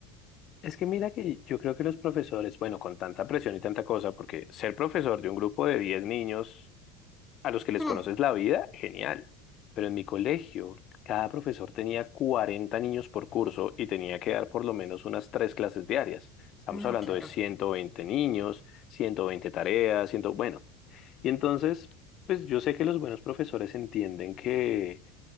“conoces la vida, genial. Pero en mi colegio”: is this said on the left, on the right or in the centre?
Left